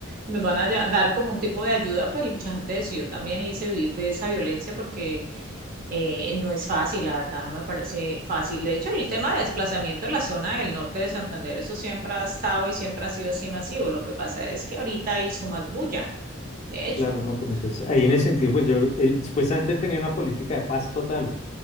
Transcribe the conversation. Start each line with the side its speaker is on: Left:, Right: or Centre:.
Right: y nos van a ya- dar como un tipo de ayuda. Pues mucha gente decidió también irse a huir de esa violencia porque eh, no es fácil, la verdad, no me parece fácil. De hecho, el tema de desplazamiento en la zona del norte de Santander, eso siempre ha estado y siempre ha sido así masivo. Lo que pasa es que ahorita hizo más bulla, de hecho.
Left: claro, ¿no? Pero entonces
Right: De
Left: ahí
Right: hecho,
Left: en ese sentido, pues yo, él- supuestamente él tenía una política de paz total,